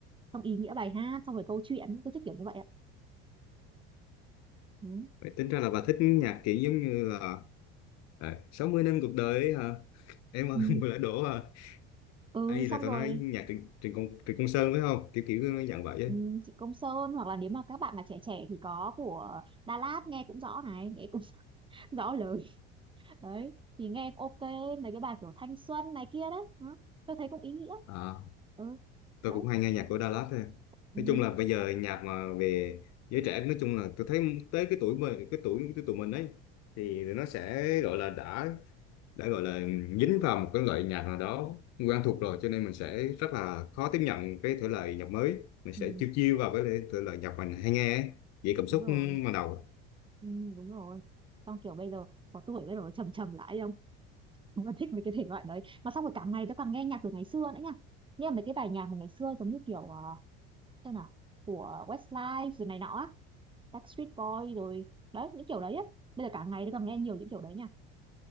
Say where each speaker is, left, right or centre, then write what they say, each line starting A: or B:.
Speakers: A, on the right (about 15°); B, on the left (about 60°).
A: xong ý nghĩa bài hát xong rồi câu chuyện tôi thích kiểu như vậy ạ ừ.
B: vậy tính ra là bà thích nhạc kiểu giống như là À, 60 năm cuộc đời ấy hả? Em ơi,
A: Ừ.
B: <laughs> mùa lã đổ hả?
A: ừ
B: Ấy là
A: xong
B: tao
A: rồi
B: nói nhạc Trịnh Trịnh Công Trịnh Công Sơn phải không? Kiểu kiểu nó dặn vậy ấy.
A: Ừ, chị Công Sơn hoặc là nếu mà các bạn mà trẻ trẻ thì có của Đà Lạt nghe cũng rõ này nghe cũng <laughs> rõ lời đấy thì nghe ok mấy cái bài kiểu thanh xuân này kia đấy đó. tôi thấy cũng ý nghĩa
B: À,
A: ừ
B: tôi
A: đấy
B: cũng hay nghe nhạc của Dallas thôi.
A: ừ,
B: Nói chung là bây giờ nhạc mà về giới trẻ nói chung là tôi thấy tới cái tuổi mà cái tuổi của tụi mình ấy thì nó sẽ gọi là đã đã gọi là dính vào một cái loại nhạc nào đó quen thuộc rồi cho nên mình sẽ rất là khó tiếp nhận cái thể loại nhạc mới mình sẽ
A: ừ,
B: chiêu chiêu vào cái thể loại nhạc mình hay nghe ấy. vậy cảm xúc
A: đúng rồi
B: ban đầu
A: ừ, đúng rồi xong kiểu bây giờ có tuổi bây giờ nó trầm trầm lại không đúng là thích mấy cái thể loại đấy mà xong rồi cả ngày tôi càng nghe nhạc từ ngày xưa nữa nha nghe mấy cái bài nhạc mà ngày xưa giống như kiểu ờ, thế nào của Westlife rồi này nọ á Backstreet Boy rồi đấy những kiểu đấy á bây giờ cả ngày tôi còn nghe nhiều những kiểu đấy nha